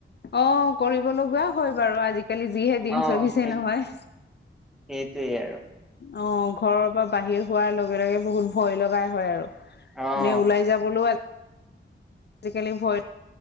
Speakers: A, on the left (about 55°); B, in the centre.
A: অ', কৰিব লগা হয় বাৰু আজিকালি যিহে দিন
B: অ
A: চলিছে
B: সেই
A: নহয়।
B: সেইটোৱে আৰু।
A: অ', ঘৰৰ পৰা বাহিৰ হোৱাৰ লগে লগে বহুত ভয় লগাই হয় আৰু।
B: অ',
A: এনেই ওলাই যাবলৈও আছে। আজিকালি ভয়